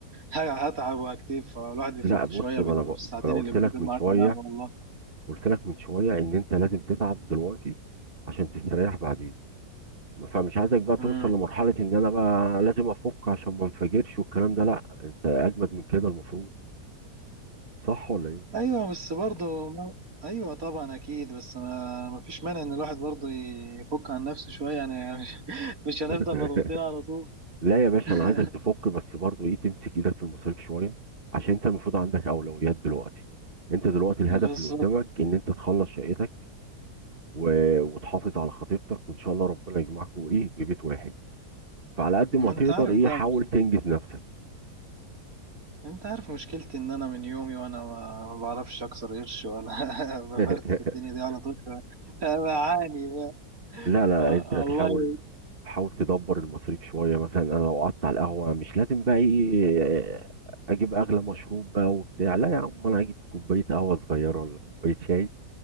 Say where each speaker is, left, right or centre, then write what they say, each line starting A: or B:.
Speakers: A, on the right; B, on the right.
A: ه- هتعب وهكتف فالواحد بيفك
B: لا بص
A: شويه
B: ما
A: بال-
B: انا ب...
A: بالساعتين
B: ما انا قلت
A: اللي بيقعد
B: لك من
A: معاك
B: شوية
A: على القهوه والله
B: قلت لك من شوية ان انت لازم تتعب دلوقتي عشان تستريح بعدين فمش عايزك بقى توصل
A: امم
B: لمرحلة ان انا بقى لازم افك عشان ما انفجرش والكلام ده لا انت اجمد من كده المفروض صح ولا ايه
A: ايوه بس برضه ما... ايوه طبعا اكيد بس انا ما فيش مانع ان الواحد برضه يفك عن نفسه شويه يعني <laughs> مش مش هنفضل
B: <laughs>
A: مضغوطين على طول
B: لا
A: <laughs>
B: يا باشا انا عايزك تفك بس برضو ايه تمسك ايدك في المصاريف شويه عشان انت المفروض عندك اولويات دلوقتي انت دلوقتي الهدف
A: بالظبط
B: اللي قدامك ان انت تخلص شقتك و... وتحافظ على خطيبتك وان شاء الله ربنا يجمعكم ايه ببيت واحد فعلى قد ما
A: ما انت
B: تقدر
A: عارف
B: ايه
A: بقى
B: حاول تنجز نفسك
A: انت عارف مشكلتي ان انا من يومي وانا ما ما بعرفش اكسر قرش ولا <laughs>
B: <laughs>
A: بفرتك الدنيا دي على طول ف- فبعاني بقى.
B: لا لا
A: و-
B: انت تحاول
A: والله
B: حاول تدبر المصاريف شويه مثلا انا لو قعدت على القهوه مش لازم بقى ايه اجيب اغلى مشروب بقى وبتاع لا يا عم انا اجيب كوبايه قهوه صغيره ولا كوبايه شاي